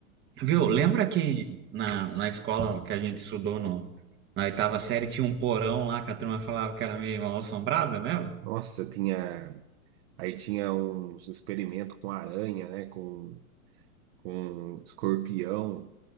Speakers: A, on the right (about 25°); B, on the right (about 45°).
A: Viu? Lembra que na, na escola que a gente estudou no, na oitava série tinha um porão lá que a turma falava que era meio mal assombrada, lembra?
B: Nossa, tinha. Aí tinha uns experimentos com aranha, né? Com, com escorpião,